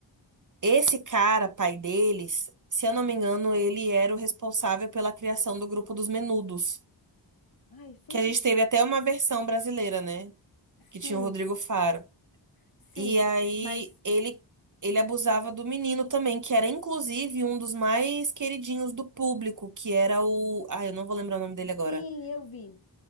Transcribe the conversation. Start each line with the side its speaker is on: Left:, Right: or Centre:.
Right: Esse cara, pai deles, se eu não me engano, ele era o responsável pela criação do grupo dos Menudos,
Left: Ai, foi
Right: que
Left: um.
Right: a gente teve até uma versão brasileira, né? Que tinha
Left: Sim,
Right: o Rodrigo Faro.
Left: sim,
Right: E aí
Left: mas
Right: ele ele abusava do menino também, que era inclusive um dos mais queridinhos do público, que era o, ah, eu não vou lembrar o nome dele agora.
Left: sim, eu vi.